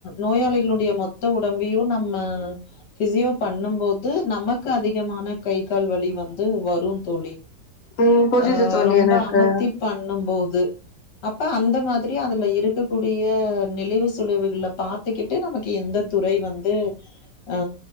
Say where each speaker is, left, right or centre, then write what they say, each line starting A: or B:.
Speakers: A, on the left; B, on the left.
A: நோயாளிகளுடைய மொத்த உட உடம்பையும் நம்ம பிசியோ பண்ணும் போது நமக்கு அதிகமான கை கால் வலி வந்து வரும் தோழி
B: ம் புரியுது
A: ஆ
B: தோழி
A: ரொம்ப
B: எனக்கு
A: அமத்தி பண்ணும்போது இது அப்ப அந்த மாதிரி அதுல இருக்கக்கூடிய நெளிவுசுளிவுகள பாத்துக்கிட்டு நமக்கு எந்த துறை வந்து ஆ